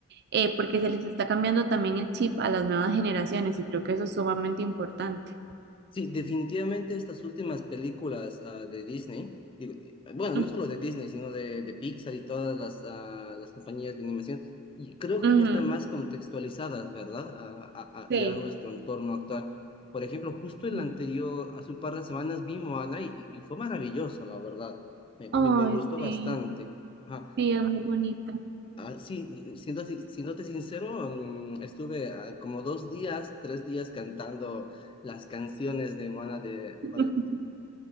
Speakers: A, on the right (about 50°); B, on the left (about 25°).
A: eh, porque se les está cambiando también el chip a las nuevas generaciones y creo que eso es sumamente importante.
B: Sí, definitivamente estas últimas películas ah, de Disney, digo, bueno, no
A: Mm,
B: solo de Disney, sino de, de Pixar y todas las, ah, las compañías de animación, y creo que
A: ujú,
B: ya están más contextualizadas, ¿verdad? A, a- a-
A: Sí.
B: ya a nuestro entorno actual. Por ejemplo, justo el
A: sí.
B: anterior, hace un par de semanas vi Moana y, y fue maravilloso, la verdad. Me,
A: Ay,
B: me, me gustó
A: sí,
B: bastante. Ajá.
A: sí, es muy bonita.
B: Ah, sí, siendo, si- siéndote sincero, mm, estuve ah, como dos días, tres días cantando las canciones de Moana de...
A: <laughs>
B: vale,